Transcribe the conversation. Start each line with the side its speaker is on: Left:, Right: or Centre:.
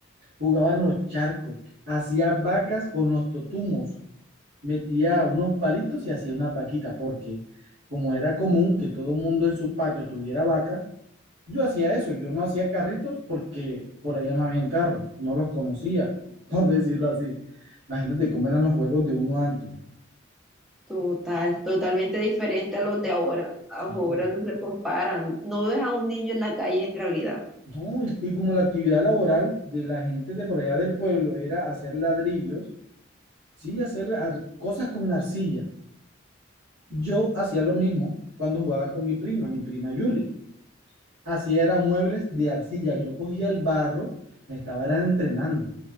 Right: Jugaba en los charcos, hacía vacas con los totumos. metía unos palitos y hacía unas vaquitas, porque como era común que todo el mundo en su patio tuviera vaca, yo hacía eso, yo no hacía carritos porque por allá no habían carros, no los conocía, <laughs> por decirlo así. Imagínate cómo eran los juegos de uno antes.
Centre: Total, totalmente diferente a los de ahora. Ahora
Right: Sí.
Centre: no se comparan. No ves a un niño en la calle en realidad.
Right: No, y, y como la actividad laboral de la gente de por allá del pueblo era hacer ladrillos, sí, hacer ar- cosas con arcilla. Yo hacía lo mismo cuando jugaba con mi prima, mi prima Yuli. Así eran muebles de arcilla. Yo cogía el barro, me estaba era entrenando.